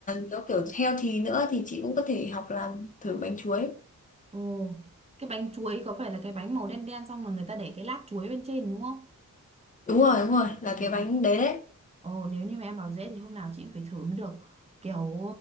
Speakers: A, on the left (about 25°); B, on the right (about 20°).
A: nó kiểu healthy nữa thì chị cũng có thể học làm thử bánh chuối
B: Ồ, cái bánh chuối có phải là cái bánh màu đen đen xong rồi người ta để cái lát chuối bên trên đúng không?
A: đúng rồi đúng rồi là
B: Ừ.
A: cái bánh đấy đấy
B: Ồ, nếu như mà em bảo dễ thì hôm nào chị cũng phải thử mới được. Kiểu